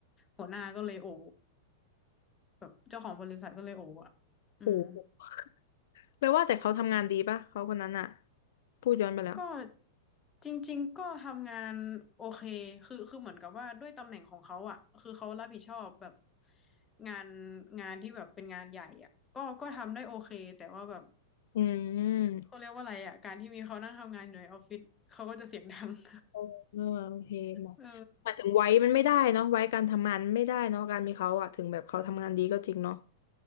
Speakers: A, on the left (about 20°); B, on the left (about 70°).
A: หัวหน้าก็เลยโอ้แบบเจ้าของบริษัทก็เลยโอ้อะอืม
B: โหเลยว่าแต่เขาทำงานดีปะเขาคนนั้นอ่ะพูดย้อนไปแล้ว
A: ก็จริงๆก็ทำงานโอเคคือคือเหมือนกับว่าด้วยตำแหน่งของเขาอ่ะคือเขารับผิดชอบแบบงานงานที่แบบเป็นงานใหญ่อ่ะก็ก็ทำได้โอเคแต่ว่าแบบ
B: อืม
A: เขาเรียกว่าอะไรอ่ะการที่มีเขานั่งทำงานอยู่ในออฟฟิศเขาก็จะเสียงดัง <laughs>
B: เออโอเคหมอ
A: เออ
B: หมายถึงไว้มันไม่ได้เนาะไว้การทำงานไม่ได้เนาะการมีเขาอะถึงแบบเขาทำงานดีก็จริงเนาะ